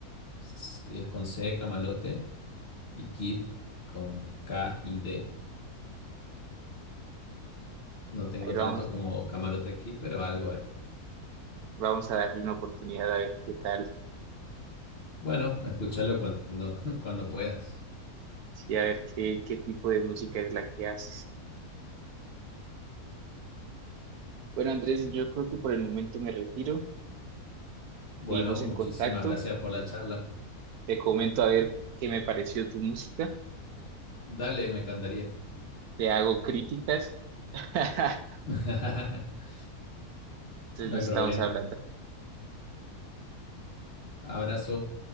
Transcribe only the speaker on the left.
es es con C, Camalote. Y Kid con K y D. No tengo
tanto como Camalote Kid, pero algo hay.
Bueno, escúchalo cuando, <laughs> cuando puedas.
Bueno,
muchísimas
gracias por la charla.
Dale, me encantaría.
<laughs>
No
hay problema.
Abrazo.